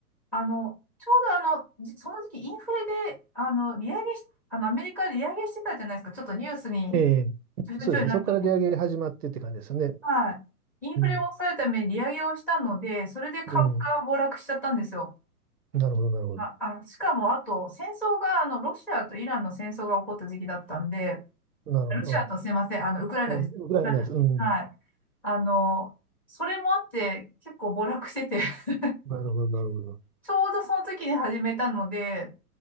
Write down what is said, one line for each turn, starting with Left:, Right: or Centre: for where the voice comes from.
Centre: あの、ちょうどあの、じその時期インフレで、あの、利上げし、あの、アメリカで利上げしてたじゃないですか。ちょっとニュースに、
Right: ええ、
Centre: ちょいちょいなってた。
Right: そうですね。そこから利上げ始まってって感じですね。
Centre: はい。インフレを抑えるために利上げをしたので、
Right: うん。
Centre: それで株が暴落しちゃったんですよ。
Right: うん。なるほど、なるほど。
Centre: まあ、あ、しかも、あと、戦争が、あの、ロシアとイランの戦争が起こった時期だったんで、
Right: なるほ
Centre: ロシアとすいません、あの、ウクライナです。
Right: ど。うんウクライナです、
Centre: はい。
Right: うん。
Centre: はいあの、それもあって、結構暴落してて <laughs>
Right: なるほど、なるほど。
Centre: ちょうどその時に始めたので、